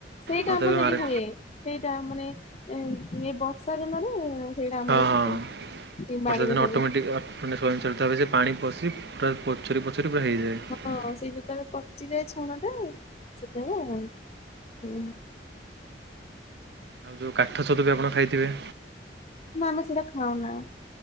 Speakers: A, on the left; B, on the right.
A: ସେଇଟା
B: ଆଉ
A: ଆମର
B: ତେବେ
A: ସେଠି
B: ମାରେ
A: ହୁଏ, ସେଇଟା ମାନେ ଏଇ ବର୍ଷା ଦିନରେ ସେଇଟା ଆମର
B: ହଁ- ହଁ
A: ଫୁଟେ ବାଡିରେ
B: ବର୍ଷା ଦିନ
A: ସବୁ
B: ଅଟୋମେଟିକ ମାନେ ତାରେ ଭିତରେ ପାଣି ପଶି ପୁରା ପଚୁରି ପଚୁରୀ ପୁରା ହେଇଯାଏ।
A: ହଁ ସେଇ ଯେତେବେଳେ ପଚିଯାଏ ଛଣ ଟା ସେତେବେଳେ ହୁଁ
B: ଆଉ ଯୋଉ କାଠ ଛତୁ ବି ଆପଣ ଖାଇଥିବେ?
A: ନା ଆମେ ସେଇଟା ଖାଉନା,